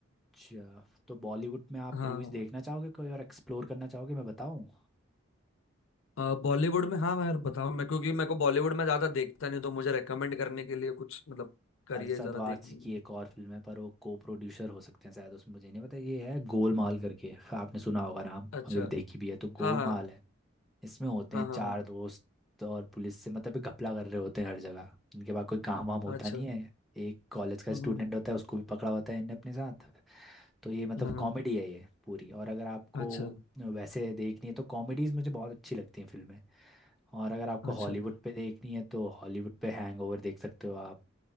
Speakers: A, in the centre; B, on the left (about 70°).
A: अच्छा तो बॉलीवुड में आप
B: हाँ
A: मूवीज देखना चाहोगे कोई और एक्सप्लोर करना चाहोगे मैं बताऊं
B: अ, बॉलीवुड में हाँ यार बताओ मैं क्योंकि मेरे को बॉलीवुड में ज्यादा देखता नहीं तो मुझे रेकमेंड करने के लिए कुछ मतलब करिए
A: अरशद
B: जरा
A: वारसी
B: देखने
A: की
B: के लिए
A: एक और फिल्म है पर वो को प्रोड्यूसर हो सकते हैं शायद उसमें मुझे नहीं पता ये है गोलमाल करके आपने सुना होगा नाम
B: अच्छा
A: अगर देखी भी है तो गोलमाल
B: हाँ हाँ
A: है इसमें होते
B: हाँ
A: हैं
B: हाँ
A: चार दोस्त और पुलिस से मतलब ये घपला कर रहे होते हैं हर जगह इनके पास कोई काम वाम होता
B: हाँ अच्छा
A: नहीं
B: हम्म
A: है एक कॉलेज का
B: हम्म,
A: स्टूडेंट होता है उसको भी पकड़ा होता है इनने अपने साथ तो ये मतलब
B: हम्म। हाँ हाँ,
A: कॉमेडी है ये पूरी और अगर आपको
B: अच्छा
A: वैसे देखनी है तो कॉमेडीज़ मुझे बहुत अच्छी लगती हैं फिल्में और अगर आपको
B: अच्छा
A: हॉलीवुड पे देखनी है तो हॉलीवुड पे हैंगओवर देख सकते हो आप